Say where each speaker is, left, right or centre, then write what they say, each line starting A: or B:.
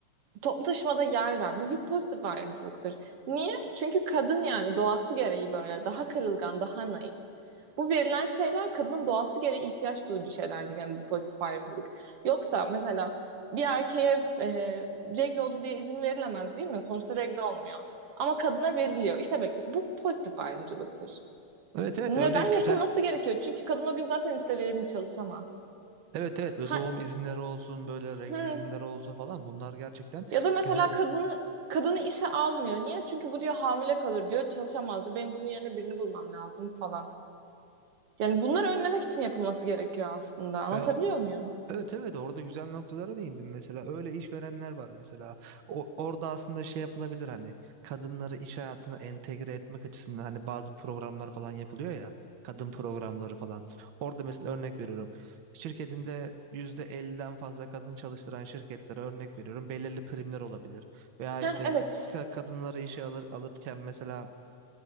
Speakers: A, on the right; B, on the right.
A: toplu taşımada yer ver. Bu bir pozitif ayrımcılıktır. Niye? Çünkü kadın yani doğası gereği böyle daha kırılgan, daha naif. Bu verilen şeyler kadının doğası gereği ihtiyaç duyduğu şeylerdir yani bu pozitif ayrımcılık. Yoksa mesela bir erkeğe e, regle oldu diye izin verilemez değil mi? Sonuçta regle olmuyor. Ama kadına veriliyor. İşte bak bu pozitif ayrımcılıktır.
B: Evet evet
A: Neden
B: öyle güzel.
A: yapılması gerekiyor? Çünkü kadın o gün zaten işte verimli çalışamaz.
B: Evet evet böyle
A: Ha,
B: doğum izinleri olsun böyle regl
A: hmm,
B: izinleri olsun falan bunlar gerçekten
A: Ya da mesela
B: güzel.
A: kadını kadını işe almıyor. Niye? Çünkü bu diyor hamile kalır diyor. Çalışamaz diyor. Benim bunun yerine birini bulmam lazım falan. Yani bunları önlemek için yapılması gerekiyor aslında. Anlatabiliyor
B: e,
A: muyum?
B: Evet evet orada güzel noktalara değindim mesela öyle işverenler var mesela o, orada aslında şey yapılabilir hani kadınları iş hayatına entegre etmek açısından hani bazı programlar falan yapılıyor ya kadın programları falan orada mesela örnek veriyorum şirketinde %50'den fazla kadın çalıştıran şirketlere örnek veriyorum belirli primler olabilir veya
A: Heh,
B: işte
A: evet.
B: ka- kadınları işe alır, alırken mesela